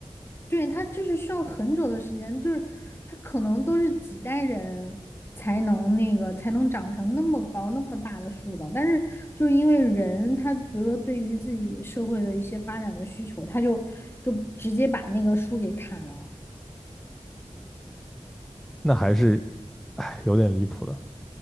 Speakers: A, on the left; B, in the centre.
A: 对，它就是需要很久的时间，就是它可能都是几代人才能那个才能长成那么高那么大的树的，但是就因为人他比如说对于自己社会的一些发展的需求，他就就直接把那个树给砍了。
B: 那还是哎有点离谱的。